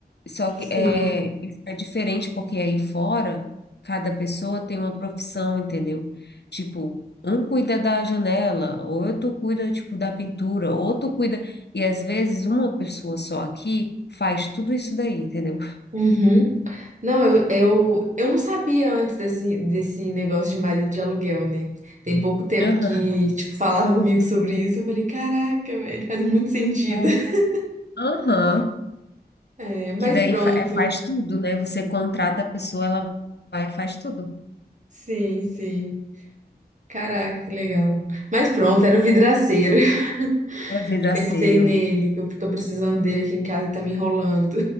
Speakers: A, on the left; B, on the right.
A: só
B: Sim.
A: que é, isso é diferente porque aí fora, cada pessoa tem uma profissão, entendeu? Tipo, um cuida da janela, outro cuida, tipo, da pintura, outro cuida... E às vezes uma pessoa só aqui faz tudo isso daí, entendeu?
B: Uhum. Não, eu, eu, eu não sabia antes desse, desse negócio de marido de aluguel, né? Tem pouco tempo
A: Aham.
B: que, tipo, falaram comigo sobre isso. Eu falei, caraca, velho, faz muito sentido.
A: É,
B: <laughs>
A: aham.
B: É, mas
A: Que daí
B: pronto.
A: fa- é, faz tudo, né? Você contrata a pessoa, ela vai e faz tudo.
B: Sim, sim. Caraca, que legal. Mas pronto, era o vidraceiro. <laughs>
A: É vidraceiro.
B: Pensei nele, que eu tô precisando dele aqui em casa e tá me enrolando.